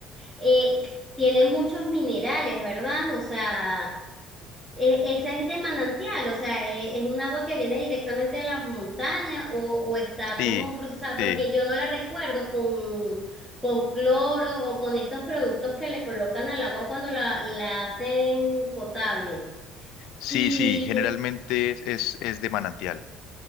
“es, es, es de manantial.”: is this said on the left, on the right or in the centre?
Left